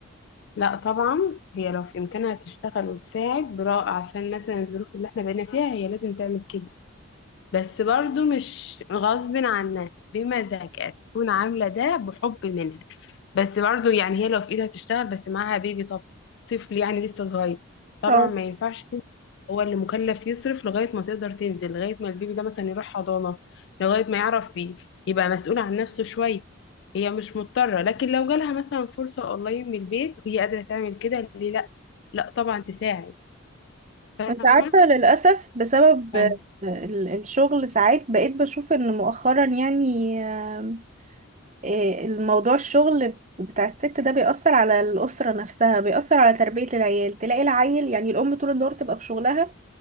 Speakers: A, on the left (about 55°); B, on the right (about 35°).
A: لا طبعا هي لو في إمكانها تشتغل وتساعد برا عشان مثلا الظروف اللي احنا بقينا فيها هي لازم تعمل كده بس برضو مش غصب عنها بمزاجها تكون عاملة ده بحب منها بس برضه يعني هي لو في ايدها تشتغل بس معاها بيبي طب طفل يعني لسه صغير طبعا
B: اه
A: ما ينفعش تنزل هو اللي مكلف يصرف لغاية ما تقدر تنزل لغاية ما البيبي ده مثلا يروح حضانة لغاية ما يعرف بيه يبقى مسؤول عن نفسه شوية هي مش مضطرة لكن لو جالها مثلا فرصة اونلاين من البيت وهي قادرة تعمل كده ليه لا لا طبعا تساعد فاهمة؟
B: انت عارفة للأسف بسبب
A: فاهمة.
B: آه، ال- الشغل ساعات بقيت بشوف ان مؤخرا يعني آه، آه، الموضوع الشغل بتاع الست ده بيأثر على الأسرة نفسها بيأثر على تربية العيال تلاقي العيل يعني الأم طول النهار تبقى في شغلها